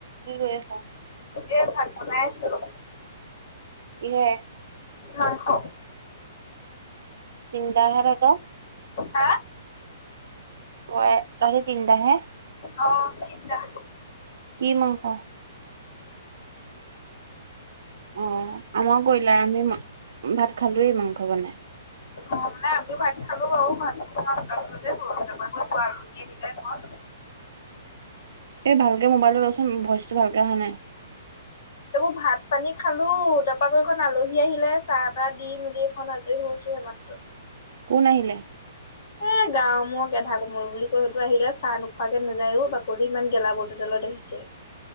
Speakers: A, on the right; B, on the left.
A: কি কৰি আছা
B: এ ভাত বনাই আছিলো
A: কিহে
B: মাংস
A: চিন্তাধাৰটো
B: হা
A: কয়ে তহতি তিনিটা হে
B: অ তিনতা
A: কি মাংস অ আমাৰ কৰিলা আমি ভাত খালোয়েই মাংস বনাই
B: অ মানে আমিও ভাত খালো বাৰু ভাত খোৱা আলহী আহিলে ঘৰ
A: এ ভালকে মোবাইলতো ল চোন ভইচটো ভালকে অহা নাই
B: এইবোৰ ভাত পানী খালো তাৰপা আকৌ এইখন আলহী আহিলে চাহ তাহ দি মেলি এইখন আজৰি হৈছো এইমাত্ৰ
A: কোন আহিলে
B: এ গাও মোক এধা কমল বুলি কৈ সেইটো আহিলে চাহ খোৱাকে নোযাও বাকলি ইমান গেলাবৰটোডালত আহিছে